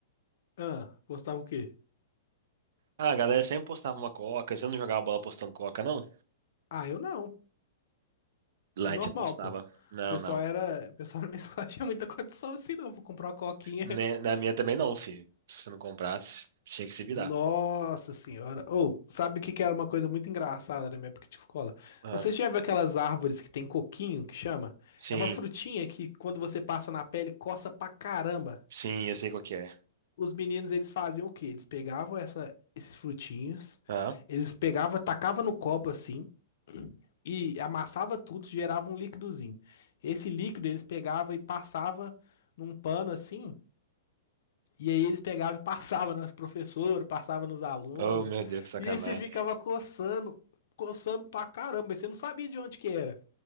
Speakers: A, on the left; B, on the right.
A: Ah, gostava o quê?
B: Ah, a galera sempre apostava uma coca. Você não jogava bola apostando coca, não?
A: Ah, eu não.
B: Lá
A: Normal,
B: a gente apostava.
A: pô. O
B: Não,
A: pessoal
B: não.
A: era, o pessoal <laughs> na minha escola <laughs> tinha muita condição assim, não. Vou comprar uma coquinha.
B: Né, Na minha também não, filho. Se você não comprasse, tinha que se virar.
A: Nossa senhora. Ou, sabe o que que era uma coisa muito engraçada na minha época de escola?
B: Ah,
A: Não sei se você já viu aquelas árvores que tem coquinho, que chama.
B: sim,
A: É uma frutinha que quando você passa na pele coça pra caramba.
B: sim, eu sei qual que é.
A: Os meninos, eles faziam o quê? Eles pegavam essa, esses frutinhos,
B: Ah,
A: eles pegavam, tacavam no copo assim e amassava tudo, gerava um líquidozinho. Esse líquido eles pegavam e passava num pano assim E aí eles pegavam e passavam nas professoras, passavam nos alunos.
B: oh meu Deus, que sacanagem.
A: E aí você ficava coçando, coçando pra caramba. E você não sabia de onde que era.